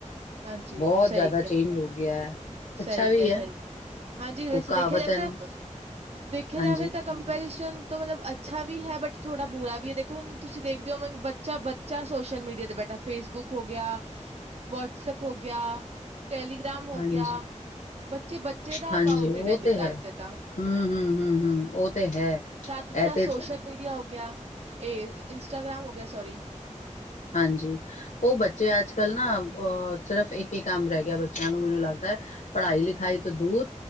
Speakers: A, on the right; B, on the left.
A: ਹਾਂਜੀ
B: ਬਹੁਤ
A: ਸਹੀ
B: ਜ਼ਿਆਦਾ
A: ਕਿਹਾ।
B: ਚੇਂਜ ਹੋ ਗਿਆ ਹੈ ਅੱਛਾ
A: ਸਹੀ
B: ਵੀ
A: ਕਿਹਾ ਹੈ ਸਹੀ ਕਿਹਾ ਹਾਂਜੀ ਵੈਸੇ
B: ਉਹ ਕਹਾਵਤ
A: ਦੇਖਿਆ ਜਾਵੇ
B: ਹੈ।
A: ਤਾਂ ਦੇਖਿਆ
B: ਹਾਂਜੀ
A: ਜਾਵੇ ਤਾ ਕੰਪੀਟੀਸ਼ਨ ਤੋਂ ਮਤਲਬ ਅੱਛਾ ਵੀ ਹੈ ਬਟ ਥੋੜ੍ਹਾ ਬੁਰਾ ਵੀ ਹੈ ਦੇਖੋ ਹੁਣ ਤੁਸੀਂ ਦੇਖਦੇ ਹੋ ਮੈਂ ਬੱਚਾ ਬੱਚ ਬੱਚਾ ਸੋਸ਼ਲ ਮੀਡੀਆ ਤੇ ਬੈਠਾ ਫੇਸਬੁੱਕ ਹੋ ਗਿਆ ਵਟਸਪ ਹੋ ਗਿਆ ਟੈਲੀਗ੍ਰਾਮ ਹੋ
B: ਹਾਂਜੀ
A: ਗਿਆ। ਬੱਚੇ ਬੱਚੇ ਦਾ
B: ਹਾਂਜੀ
A: ਅਕਾਊਂਟ
B: ਉਹ
A: ਟੈਲੀਗ੍ਰਾਮ
B: ਹੈ
A: ਤੇ ਤਾਂ
B: ਹਮ ਹਮ ਹਮ ਹਮ ਉਹ ਤੇ ਹੈ
A: ਜ਼ਿਆਦਾ ਤੋਂ ਜ਼ਿਆਦਾ
B: ਤੇ
A: ਸੋਸ਼ਲ ਮੀਡੀਆ ਹੋ ਗਿਆ ਇਹ ਇੰਸਟਾਗ੍ਰਾਮ ਹੋ ਗਿਆ ਸੋਰੀ
B: ਹਾਂਜੀ। ਉਹ ਬੱਚੇ ਅੱਜ ਕੱਲ੍ਹ ਨਾ ਅਹ ਸਿਰਫ਼ ਇੱਕ ਹੀ ਕੰਮ ਰਹਿ ਗਿਆ ਬੱਚਿਆਂ ਨੂੰ ਮੈਨੂੰ ਲੱਗਦਾ ਹੈ। ਪੜ੍ਹਾਈ ਲਿਖਾਈ ਤੋਂ ਦੂਰ